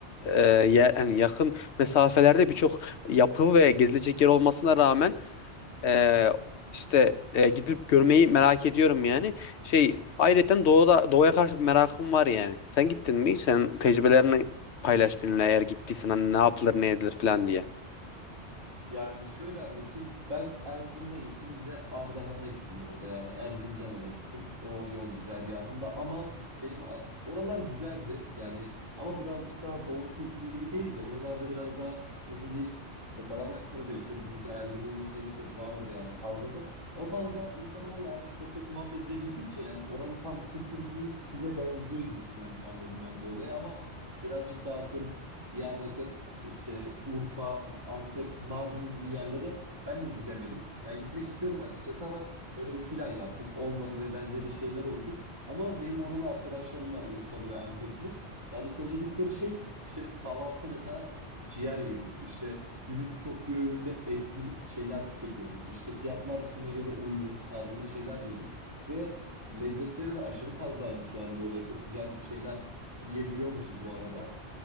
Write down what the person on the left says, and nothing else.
e, ye- hani yakın mesafelerde birçok yapı ve gezilecek yer olmasına rağmen e, işte e, gidip görmeyi merak ediyorum yani. Şey ayrıca doğuda doğuya karşı bir merakım var yani. Sen gittin mi? Sen tecrübelerini paylaş benimle eğer gittiysen hani ne yapılır ne edilir falan diye.